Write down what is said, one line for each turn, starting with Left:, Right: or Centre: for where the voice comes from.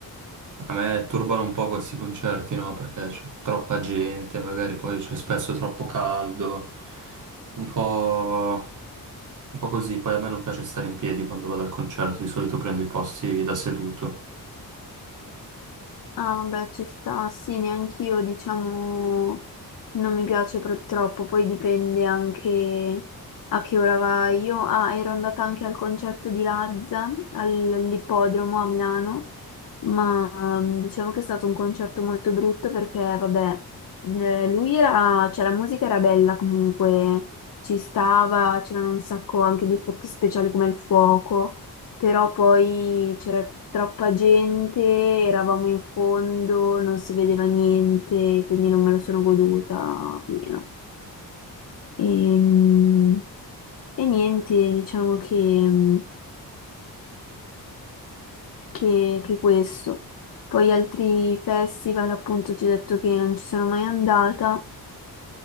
Right: a me turbano un po' questi concerti, no? Perché c'è troppa gente, magari poi c'è spesso troppo caldo, un po', un po' così. Poi a me non piace stare in piedi quando vado al concerto, di solito prendo i posti da seduto.
Left: ah, vabbè, ci sta, sì, neanch'io, diciamo, non mi piace pro- troppo, poi dipende anche a che ora vai. Io, ah, ero andata anche al concerto di Lazza, al- all'ippodromo a Milano, ma mm, diciamo che è stato un concerto molto brutto perché, vabbè, eh, lui era, cioè la musica era bella comunque, ci stava, c'erano un sacco anche di effetti speciali come il fuoco. però poi c'era troppa gente, eravamo in fondo, non si vedeva niente, quindi non me lo sono goduta pieno. Ehm, E, niente, diciamo che, mm, che, che questo. Poi altri festival, appunto, ti ho detto che non ci sono mai andata.